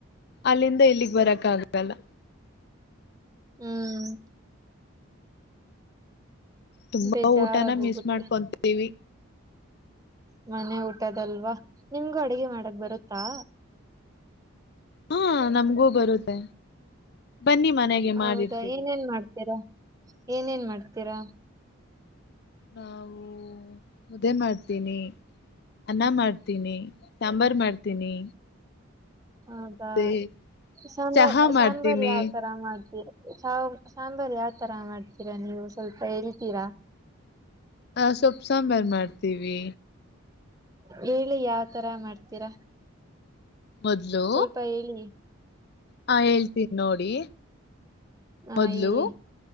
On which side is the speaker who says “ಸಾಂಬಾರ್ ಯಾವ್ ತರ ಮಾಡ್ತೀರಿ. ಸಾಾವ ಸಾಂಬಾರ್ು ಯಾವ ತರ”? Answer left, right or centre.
Right